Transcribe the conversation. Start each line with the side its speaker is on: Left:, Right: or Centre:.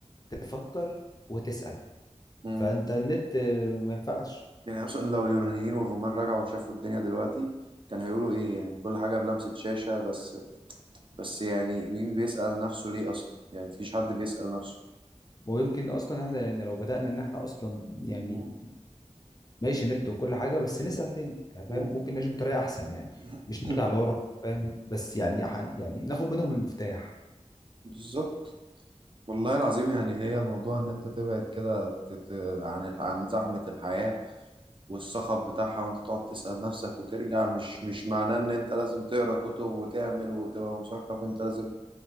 Left: تفكر وتسال
Right: مم.
Left: فانت النت آه، ما ينفعش
Right: يعني اصلا لو اليونانيين والرومان رجعوا وشافوا الدنيا دلوقتي كان هيقولوا ايه يعني كل حاجه بلمسه شاشه بس بس يعني مين بيسأل نفسه ليه اصلا يعني مفيش حد بيسأل نفسه
Left: ويمكن اصلا احنا يعني لو بدانا ان احنا اصلا يعني
Right: مم.
Left: ماشي نت وكل حاجه بس نسال تاني يعني
Right: <laughs>
Left: فاهم
Right: مم.
Left: ممكن نعيش بطريقه احسن يعني
Right: <clears throat>
Left: مش نرجع لورا فاهم بس يعني حن يعني ناخد منهم المفتاح
Right: بالظبط والله العظيم يعني هي الموضوع ان انت تبعد كده ت- ت- عن الح- عن زحمه الحياه والصخب بتاعها وانت تقعد تسأل نفسك وترجع مش مش معناه ان انت لازم تقرا كتب وتعمل وتبقى مثقف انت لازم